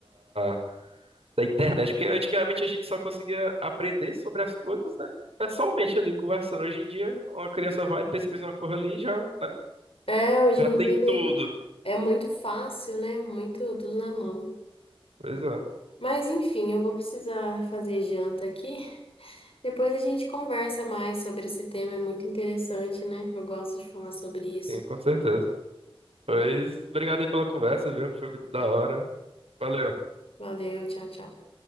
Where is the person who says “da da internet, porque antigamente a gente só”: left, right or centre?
Right